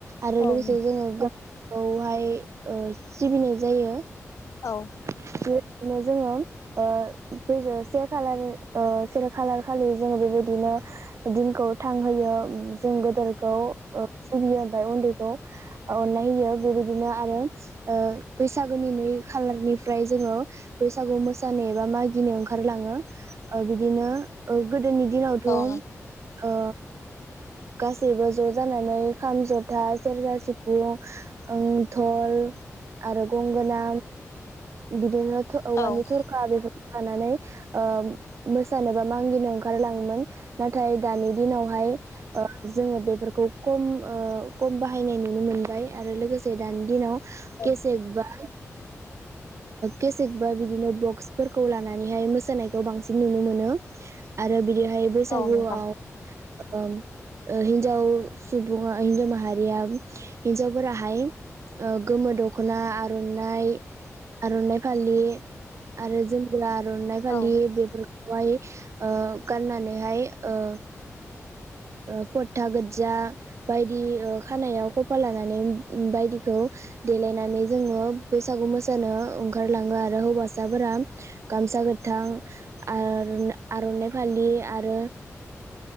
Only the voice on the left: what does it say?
औ
औ
औ
औ
औ
औ नोंथां
औ